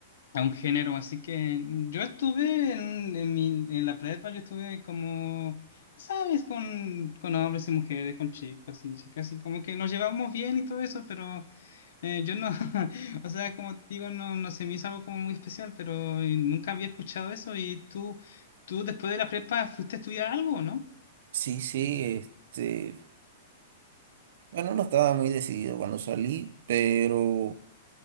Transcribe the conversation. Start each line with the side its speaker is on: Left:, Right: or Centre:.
Left: a un género. Así que mm, yo estuve en, en, mi, en la prepa, yo estuve como, ¿sabes? Con, con hombres y mujeres, con chicos y chicas, y como que nos llevábamos bien y todo eso, pero Eh, yo no, <laughs> o sea, como te digo, no, no se me hizo algo como muy especial, pero eh, nunca había escuchado eso. ¿Y tú, tú después de la prepa fuiste a estudiar algo, no?
Right: sí, sí, este, bueno, no estaba muy decidido cuando salí, pero